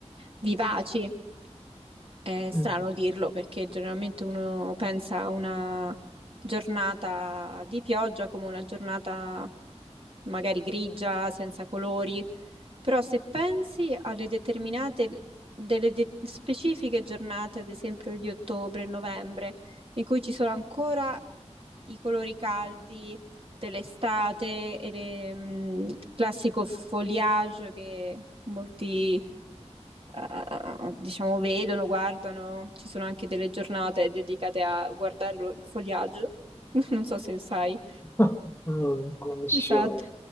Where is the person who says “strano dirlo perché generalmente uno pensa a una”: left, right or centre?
Right